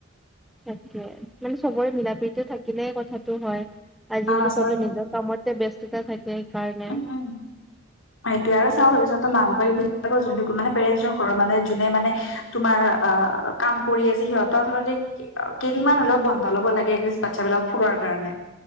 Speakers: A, in the centre; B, on the left.
A: তাকে মানে চবৰে মিলা প্ৰীতি থাকিলে কথাটো হয়। আজিকালি
B: অ, চৰি
A: চবে নিজক কামতে ব্যস্ততা থাকে সেইকাৰণে
B: উম, উম, সেইটোৱে, আৰু <unintelligible> বাইবিল তাকৌ যোনদিগো পেৰেনচ ঘৰ মানে যোনে মানে তোমাৰ আহ কাম কৰি আছে সিহঁত আচলতেই কেইদিনমান হ'লেও বন্ধ ল'ব লাগে একলিছ বাচ্ছা বিলাকক ফুৰোৱাৰ কাৰণে।